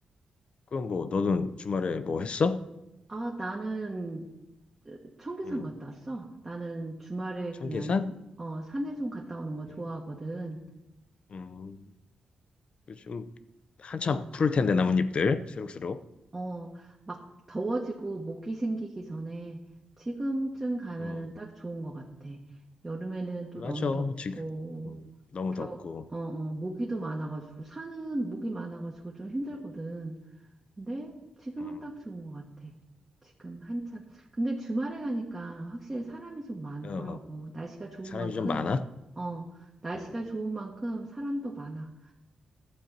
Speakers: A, on the left; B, on the right.
A: 그럼 뭐 너는 주말에 뭐 했어?
B: 아, 나는 청계산
A: 음,
B: 갔다 왔어. 나는 주말에
A: 청계산?
B: 그냥 어, 산에 좀 갔다 오는 거 좋아하거든.
A: 음, 음, 요즘 한참 푸를 텐데 나뭇잎들 새록새록.
B: 어, 막 더워지고 모기 생기기 전에 지금쯤 가면은
A: 음.
B: 딱 좋은 것 같아. 여름에는 또
A: 맞아
B: 너무 덥고,
A: 지금 음, 너무
B: 겨,
A: 덥고
B: 어, 어, 모기도 많아가지고, 산은 모기 많아가지고 좀 힘들거든.
A: 음,
B: 근데 지금은
A: 음,
B: 딱 좋은 것 같아. 지금 한참. 근데 주말에 가니까 확실히 사람이 좀 많더라고.
A: 어, 어.
B: 날씨가 좋은
A: 사람이
B: 만큼,
A: 좀 많아
B: 어, 날씨가
A: 음.
B: 좋은 만큼 사람도 많아.